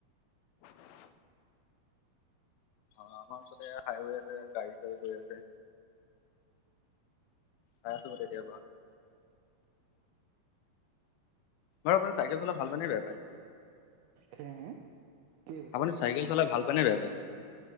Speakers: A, on the left (about 85°); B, on the right (about 80°).
A: অ আমাৰ ওচৰতে হাইৱে আছে গাড়ী চাড়ী গৈ আছে চাই আছো মই তেতিয়া পৰা। বাৰু আপোনি চাইকেল চলাই ভাল পায় নে বেয়া পায়।
B: হে হে? কি কৈছে?
A: আপুনি চাইকেল <unintelligible> বেয়া পায়।